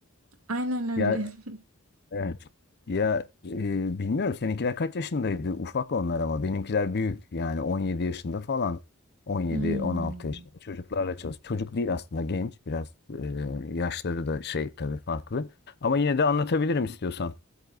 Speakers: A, on the right; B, on the left.
A: Aynen öyle.
B: Ya
A: <laughs>
B: evet. Ya e, bilmiyorum seninkiler kaç yaşındaydı? Ufak onlar ama benimkiler büyük. Yani 17 yaşında falan. 17-16
A: Hmm.
B: yaşında çocuklarla çalış. Çocuk değil aslında genç. Biraz e, yaşları da şey tabii farklı. Ama yine de anlatabilirim istiyorsan